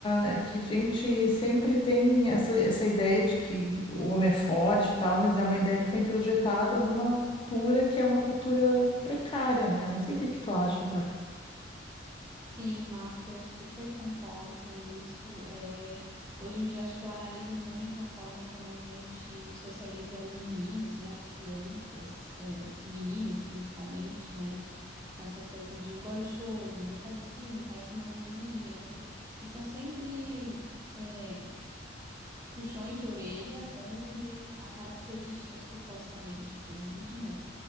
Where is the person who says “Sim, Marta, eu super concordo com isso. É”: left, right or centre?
Right